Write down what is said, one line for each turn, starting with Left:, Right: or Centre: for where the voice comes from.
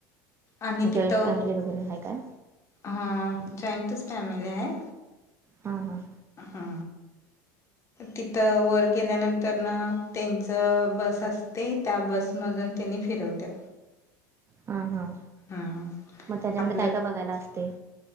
Left: आणि
Right: जॉईंट
Left: तिथं
Right: फॅमिली वगैरे आहे काय?
Left: ह जॉईंटच फॅमिली आहे
Right: हा हा
Left: हा तिथं वर गेल्यानंतर न त्यांचं बस असते त्या बस मधून त्यांनी फिरवत्या
Right: हा हा
Left: हम्म
Right: मग त्याच्यामध्ये
Left: आपलं
Right: काय काय बघायला असते